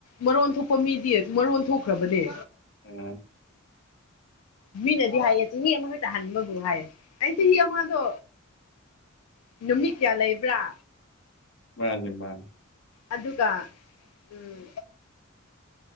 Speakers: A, on the left; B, on the left.
A: ꯃꯔꯣꯟ ꯊꯣꯛꯄ ꯃꯤꯗꯤ ꯃꯔꯣꯟ ꯊꯣꯛꯈ꯭ꯔꯕꯅꯦ
B: ꯎꯝ
A: ꯃꯤꯅꯗꯤ ꯍꯥꯏꯌꯦ ꯆꯍꯤ ꯑꯃꯈꯛꯇ ꯍꯟꯕꯕꯨ ꯍꯥꯏꯌꯦ ꯑ ꯆꯍꯤ ꯑꯃꯗꯣ ꯅꯨꯃꯤꯠ ꯀꯌꯥ ꯂꯩꯕ꯭ꯔꯥ
B: ꯃꯥꯅꯦ ꯃꯥꯅꯦ
A: ꯑꯗꯨꯒ ꯎꯝ